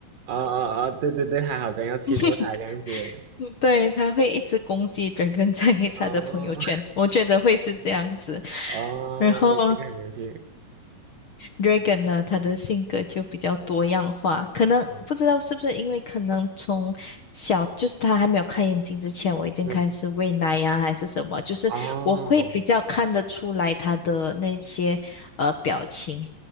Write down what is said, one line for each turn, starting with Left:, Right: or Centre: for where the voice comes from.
Right: 哦，哦，对对对，他好像要欺负他这样子，
Left: <laughs> 嗯对，他会一直攻击 dragon 在他的朋友圈，
Right: 哦，
Left: 我觉得会是这样子。
Right: 哦，
Left: 然后
Right: 这个很有趣，
Left: Regan 呢，他的性格就比较多样化，可能不知道是不是因为可能从小就是他还没有开眼睛之前，
Right: 哦
Left: 我已经开始喂奶呀、
Right: 嗯，
Left: 还是什么，就是我会比较看得出来他的那些呃表情，
Right: 哦，